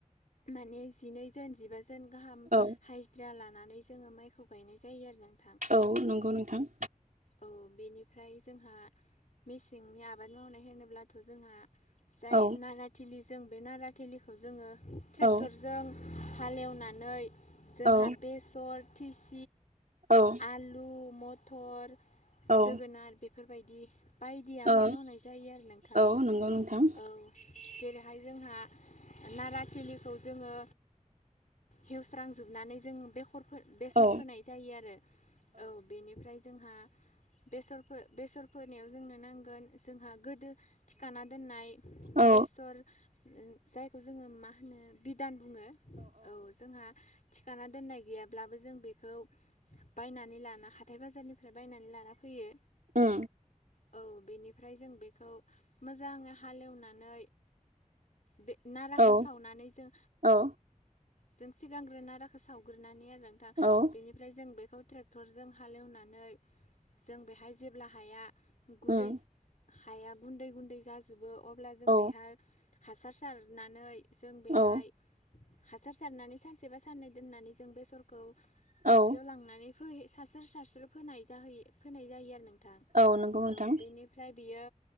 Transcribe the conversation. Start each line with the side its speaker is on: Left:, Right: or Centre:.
Left: माने जिनै जोन जिबा जोन गाहाम
Right: औ
Left: हाजिरा लानानै जोङो माइखौ गायनाय जायो आरोना।
Right: औ नंगौ नोंथां।
Left: औ बेनिफ्राय जोंहा मेसेंनि आबाद मावनाय होनोब्लाथ' जोंहा जाय
Right: औ
Left: नारा थिलिजों बे नारा थिलिखौ जोङो ट्रेक्टरजों
Right: औ
Left: हालेवनानै जोंहा
Right: औ
Left: बेसर थिस
Right: औ
Left: आलु, मथर,
Right: औ
Left: जोगोनार बेफोरबायदि। बायदि आबाद
Right: औ
Left: मावनाय जायो आरो नोंथां
Right: औ नंगौ नोंथां
Left: औ जेरैहाय जोंहा नारा थिलिखौ जोङो हेवस्रांजोबनानै जों बेखर बेसर
Right: औ
Left: फोनाय जायो आरो औ बेनिफ्राय जोंहा बेसरफो- बेसर फोनायाव जोंनो नांगोन जोंहा गोदो थिखाना दोननाय
Right: औ
Left: बेसर जायखौ जोङो मा होनो बिधान बुङो। औ जोंहा थिखाना दोननाय गैयाब्लाबो जों बे बे खौ बायनानै लाना हाथाय बाजारनिफ्राय बायनानै लाना फैयो
Right: औ
Left: औ बेनिफ्राय जों बेखौ मोजाङै हालेवनानै बे नाराखौ
Right: औ
Left: सावनानै जों
Right: औ
Left: जों सिगांग्रो नाराखौ सावग्रोनानै आरो नोंथां।
Right: औ
Left: बेनिफ्राय जों बेखौ ट्रेक्टरजों हालेवनानै जों बेहाय जेब्ला हाया गुरै
Right: उम
Left: हाया गुन्दै गुन्दै जाजोबो अब्ला जों
Right: औ
Left: बेहाय हासार सारनानै जों बेहाय
Right: औ
Left: हासार सारनानै सानसेबा साननै दोननानै जों बेसरखौ
Right: औ
Left: दुब्लियाव लांनानै फै सारस्रो सारस्रो फोनाय जायो फोनाय जायो आरो नोंथां
Right: औ नंगौ नोंथां।
Left: औ बेनिफ्राय बियो